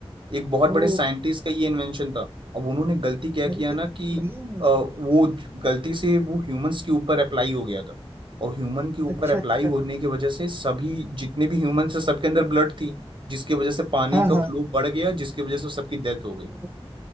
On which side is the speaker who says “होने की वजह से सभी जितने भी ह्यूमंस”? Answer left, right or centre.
Right